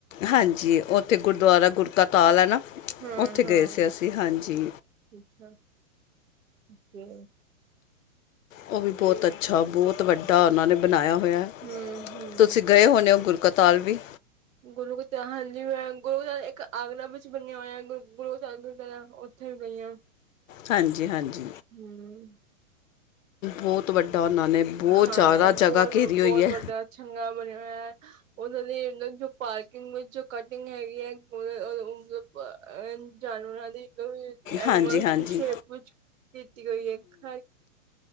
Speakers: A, on the left; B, on the right.
A: ਹਾਂਜੀ। ਓਥੇ ਗੁਰਦੁਆਰਾ ਗੁਰ ਕਾ ਤਾਲ ਐਨਾ।
B: ਹਾਂ-ਹਾਂ
A: ਔਥੇ ਗਏ ਸੀ ਅਸੀ। ਹਾਂਜੀ।
B: ਅੱਛਾ, ਓਕੇ।
A: ਉਹ ਵੀ ਬਹੁਤ ਅੱਛਾ ਬਹੁਤ ਵੱਡਾ ਉਹਨਾਂ ਨੇ ਬਣਾਇਆ ਹੋਇਆ।
B: ਹੂੰ-ਹੂੰ
A: ਤੁਸੀਂ ਗਏ ਹੋਣੇ ਗੁਰਕਤਾਲ ਵੀ?
B: ਗੁਰੂ ਹਾਂਜੀ, ਮੈਂ ਗੁਰੂ ਦਾ ਇੱਕ ਆਗਰਾ ਵਿੱਚ ਬਣਿਆ ਹੋਇਆ ਗੁਰੂ ਦਾ ਗੁਰਦੁਆਰਾ ਓ ੳਥੇ ਵੀ ਗਈ ਆਂ।
A: ਹਾਂਜੀ ਹਾਂਜੀ।
B: ਹਮ, ਹਮ।
A: ਬੋਤ ਵੱਡਾ ਔਨਾਂ ਨੇ ਬਹੁਤ
B: ਹਾਂ
A: ਜ਼ਿਆਦਾ ਜਗ੍ਹਾ
B: ਬਹੁਤ-ਬਹੁਤ
A: ਘੇਰੀ ਹੋਈ ਹੈ
B: ਵੱਡਾ ਚੰਗਾ ਬਣਿਆ ਹੋਇਆ ਉਹਨਾਂ ਦੇ ਜੋ ਪਾਰਕ- ਜੋ ਕਟਿੰਗ ਹੈਗੀ ਹੈ ਮਤਲਬ ਜਾਨਵਰਾਂ ਦੀ। ਐਨੀਮਲਸ
A: ਹਾਂਜੀ ਹਾਂਜੀ
B: ਦੀ ਸ਼ੇਪ ਵਿਚ ਕੀਤੀ ਹੋਈ ਏ ਇਕ।